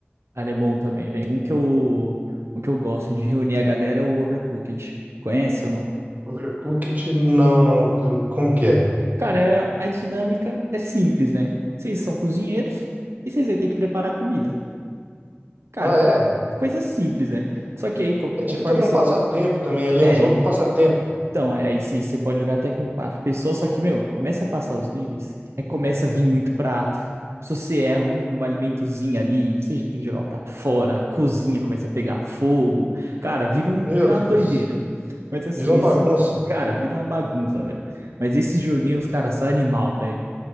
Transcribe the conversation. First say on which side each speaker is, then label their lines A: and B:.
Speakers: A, on the right; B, on the right.
A: ela é bom também, velho. Um que eu, um que eu gosto de reunir a galera é o Overcooked. Conhece ou não?
B: Overcooked, não, não. Como que é?
A: Cara, é- a dinâmica é simples, né? Vocês são cozinheiros e vocês vão ter que preparar comida. Cara,
B: Ah, é?
A: coisa simples, né? Só que aí, co-
B: É tipo
A: conforme
B: também
A: você.
B: um passatempo
A: co-
B: também ali,
A: É,
B: é um jogo de passatempo.
A: então, aí aí sim você pode jogar até com quatro pessoas, só que, meu, começa a passar os níveis, aí começa a vir muito prato. Se você erra um alimentozinho ali, você tem que jogar o prato fora, a cozinha começa a pegar fogo. Cara, vira um,
B: Meu
A: vira
B: Deus,
A: uma doideira. Mas assim,
B: virou
A: esse.
B: uma bagunça.
A: Cara, vira uma bagunça, velho. Mas esses joguinhos, cara, são animal, velho.